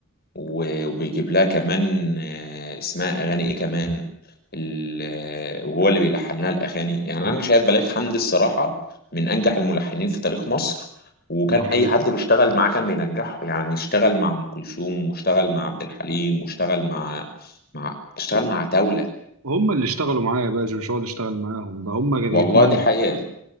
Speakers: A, on the left; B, on the right.
A: و- وبيجيب لها كمان آه، اسمها اغاني ايه كمان ال- آه، وهو اللي بيلحن لها الاغاني يعني انا شايف بليغ حمدي الصراحه من انجح الملحنين في تاريخ مصر وكان
B: ده حقيقي
A: اي حد بيشتغل معاه كان بينجحه يعني اشتغل مع ام كلثوم واشتغل مع عبد الحليم واشتغل مع مع اشتغل مع عتاوله
B: هم اللي اشتغلوا معايا يا باشا مش هو اللي اشتغل معاهم ده هم كانوا
A: والله
B: يتمنوا
A: دي حقيقه